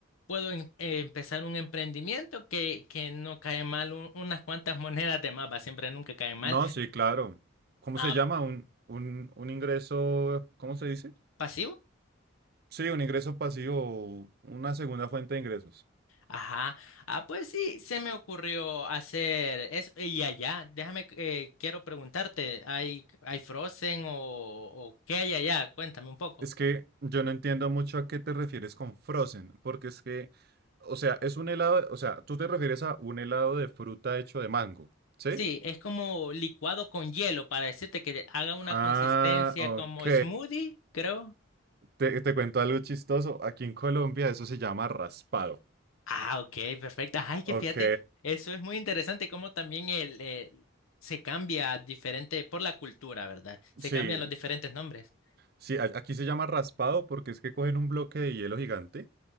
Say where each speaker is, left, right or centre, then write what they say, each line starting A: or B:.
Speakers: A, on the left (about 80°); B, on the right (about 50°).
A: puedo em- eh, empezar un emprendimiento que, que no cae mal, un- unas cuantas monedas de más, va, siempre nunca cae mal.
B: No, sí, claro. ¿Cómo
A: Ah,
B: se llama? Un, un, un ingreso, ¿cómo se dice?
A: pasivo.
B: Sí, un ingreso pasivo, una segunda fuente de ingresos.
A: Ajá. Ah, pues sí, se me ocurrió hacer eso. Y allá, déjame, eh, quiero preguntarte, ¿hay, hay Frozen o, o qué hay allá? Cuéntame un poco.
B: Es que yo no entiendo mucho a qué te refieres con frozen, porque es que, o sea, es un helado, o sea, tú te refieres a un helado de fruta hecho de mango, ¿sí?
A: Sí, es como licuado con hielo para decirte que haga una
B: Ah,
A: consistencia
B: ok.
A: como smoothie, creo.
B: Te, te cuento algo chistoso. Aquí en Colombia eso se llama raspado.
A: Ah, ok, perfecto. Ay, que
B: Ok.
A: fíjate, eso es muy interesante como también el, eh, se cambia diferente por la cultura, ¿verdad? Se
B: Sí,
A: cambian los diferentes nombres.
B: sí, a- aquí se llama raspado porque es que cogen un bloque de hielo gigante.